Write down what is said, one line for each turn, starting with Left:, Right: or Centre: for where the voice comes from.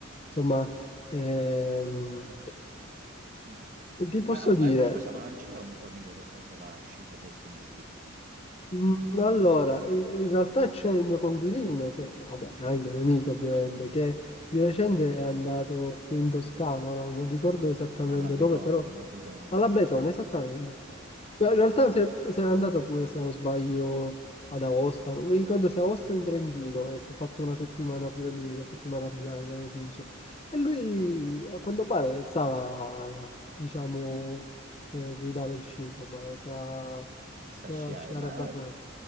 Left: Insomma, ehm,
Right: mm.
Left: ti posso
Right: Ma, no,
Left: dire...
Right: ma tu scusa, ma non c'era un tuo amico che faceva sci professionistico?
Left: Mm, Allora, i- in realtà c'è il mio coinquilino, che vabbè, è anche mio amico ovviamente, che di recente è andato qui in Toscana, ora non ricordo esattamente
Right: Alla Betone,
Left: dove, però
Right: alla Betone.
Left: alla Betone, esattamente. Però in realtà se, se n'è andato pure, se non sbaglio, ad Aosta, non mi ricordo se Aosta
Right: Eh.
Left: o in Trentino, e si è fatto una settimana pure lui, la settimana bianca, come si dice. E lui, a quanto pare, stava, diciamo, eh, guidare sci, insomma, sa sì
Right: Sa sciare,
Left: sì
Right: ma
Left: alla
Right: allora,
Left: bassa